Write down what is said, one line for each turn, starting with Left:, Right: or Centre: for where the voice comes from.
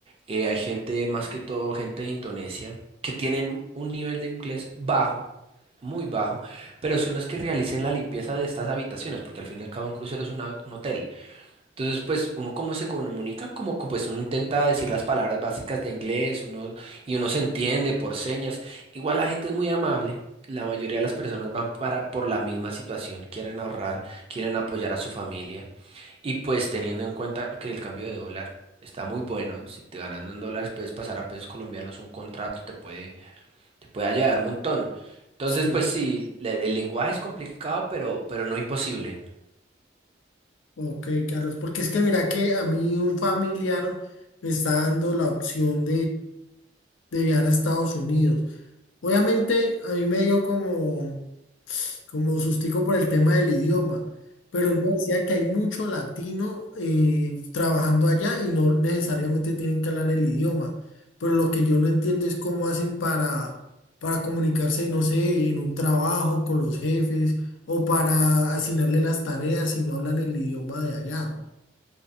Right: eh, hay gente, más que todo, gente de Indonesia, que tienen un nivel de inglés bajo. muy bajo, pero son los que realicen la limpieza de estas habitaciones, porque al fin y al cabo un crucero es una- un hotel. Entonces, pues uno cómo se comunica, como como, pues uno intenta decir las palabras básicas de inglés, uno y uno se entiende por señas. Igual la gente es muy amable. La mayoría de las personas van para por la misma situación, quieren ahorrar, quieren apoyar a su familia y pues teniendo en cuenta que el cambio de dólar está muy bueno, si te ganando en dólares puedes pasar a pesos colombianos, un contrato te puede te puede ayudar un montón. Entonces,
Left: Sí,
Right: pues sí, le- el lenguaje es complicado, pero pero no imposible.
Left: ok, Carlos, porque es que mira que a mí un familiar me está dando la opción de viajar a Estados Unidos. Obviamente a mí me dio como, como sustico por el tema del idioma, pero él me decía que hay mucho latino eh, trabajando allá y no necesariamente tienen que hablar el idioma. Pero lo que yo no entiendo es cómo hacen para, para comunicarse, no sé, en un trabajo con los jefes o para asignarle las tareas si no hablan el idioma de allá.